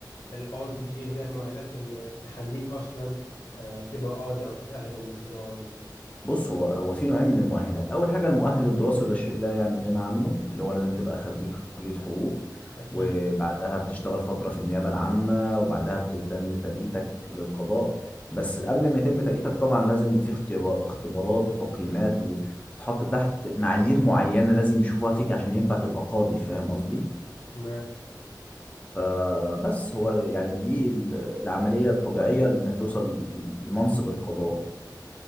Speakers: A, on the left; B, on the left.
A: القاضي ايه هي المؤهلات اللي تخليك اصلا آه، تبقى قاضي او تتأهل انك تبقى قاضي
B: بص هو هو في نوعين من المؤهلات اول حاجه المؤهل الدراسي وده شيء لا يعني غنى عنه اللي هو لازم تبقى خريج كليه حقوق
A: اكيد
B: وبعدها بتشتغل فتره في النيابه العامه وبعدها بتتم ترقيتك للقضاء بس قبل ما يتم ترقيتك طبعا لازم في اختبا- اختبارات وتقييمات وتتحط تحت معايير معينه لازم يشوفوها فيك عشان ينفع تبقى قاضي فاهم قصدي
A: تمام
B: فبس هو يعني دي ال- العمليه الطبيعيه لانك توصل لمنصب القضاء